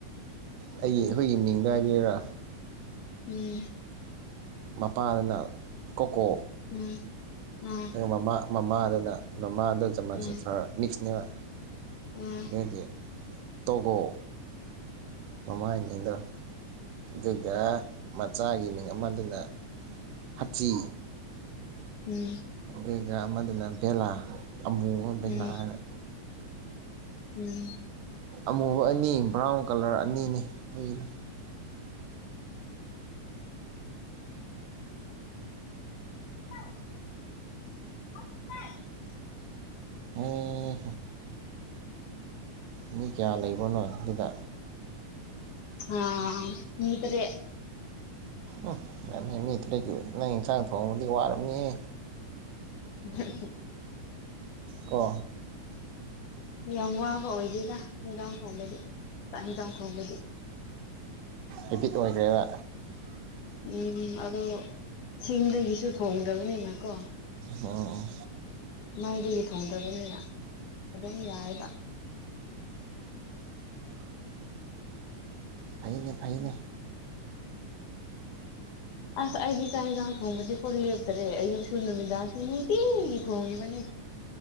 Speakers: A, on the right; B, on the left.
A: ꯑꯩꯒꯤ
B: ꯎꯝ
A: ꯑꯩ꯫ꯍꯨꯏꯒꯤ ꯃꯤꯡ ꯍꯥꯏꯕꯤꯌꯨꯔꯥ
B: ꯎꯝ
A: ꯃꯄꯥꯗꯅ ꯀꯣꯀꯣ
B: ꯎꯝ ꯎꯝ
A: ꯑꯗꯨꯒ ꯃꯃꯥ ꯃꯃꯥꯗꯨꯅ ꯃꯃꯥꯗꯨꯅ ꯖꯔꯃꯟꯁꯦ
B: ꯎꯝ
A: ꯐꯔ ꯃꯤꯛꯁꯅꯦꯕ
B: ꯎꯝ
A: ꯑꯗꯨꯗꯤ ꯇꯧꯒꯣ ꯃꯃꯥꯏꯅꯤꯅ ꯑꯗꯨꯒ ꯃꯆꯥꯒꯤꯅꯦ ꯑꯃꯗꯨꯅ ꯍꯥꯆꯤ
B: ꯎꯝ
A: ꯑꯗꯨꯒ ꯑꯃꯗꯨꯅ ꯕꯦꯂꯥ ꯑꯃꯨꯕ ꯕꯦꯂꯥ
B: ꯎꯝ
A: ꯍꯥꯏꯅ
B: ꯎꯝ
A: ꯑꯃꯨꯕ ꯑꯅꯤ ꯕ꯭ꯔꯥꯎꯟ ꯀꯂꯔ ꯑꯅꯤꯅꯦ ꯍꯨꯏꯗꯣ
B: ꯝ <unintelligible> <unintelligible>
A: ꯑꯦ ꯃꯤ ꯀꯌꯥ ꯂꯩꯕꯅꯣ ꯑꯗꯨꯗꯥ
B: ꯍꯥ ꯃꯤ ꯇꯔꯦꯠ
A: ꯎꯝ ꯌꯥꯝꯃꯦꯍꯦ ꯃꯤ ꯇꯔꯦꯠꯀꯤ ꯅꯪ ꯏꯟꯁꯥꯡ ꯊꯣꯡꯉꯗꯤ ꯋꯥꯔꯝꯅꯤꯍꯦ
B: <unintelligible>
A: ꯀꯣ
B: ꯌꯥꯝ ꯋꯥꯕ ꯑꯣꯏꯗꯣꯏꯗ ꯍꯟꯖꯥꯡ ꯊꯣꯡꯕꯗꯤ ꯆꯥꯛ ꯌꯦꯟꯖꯥꯡ ꯊꯣꯡꯕꯗꯤ
A: ꯍꯦꯕꯤꯠ ꯑꯣꯏꯈ꯭ꯔꯦꯕ
B: ꯎꯝ ꯑꯗꯣ ꯁꯤꯡꯗꯒꯤꯁꯨ ꯊꯣꯡꯗ꯭ꯔꯕꯅꯤꯅ ꯀꯣ
A: ꯑꯣ
B: ꯃꯩꯗꯒꯤ ꯊꯣꯡꯗꯕꯅꯤꯅ ꯑꯗꯨꯝ ꯌꯥꯏꯕ
A: ꯐꯩꯅꯦ ꯐꯩꯅꯦ
B: ꯑꯁ ꯑꯩꯗꯤ ꯆꯥꯛ ꯌꯦꯟꯁꯥꯡ ꯊꯣꯡꯕꯗꯤ ꯀꫭ ꯂꯦꯞꯇꯔꯦ ꯑꯌꯨꯛꯁꯨ ꯅꯨꯃꯤꯗꯥꯡꯁꯤ ꯅꯨꯡꯇꯤꯒꯤ ꯊꯣꯡꯉꯤꯕꯅꯦ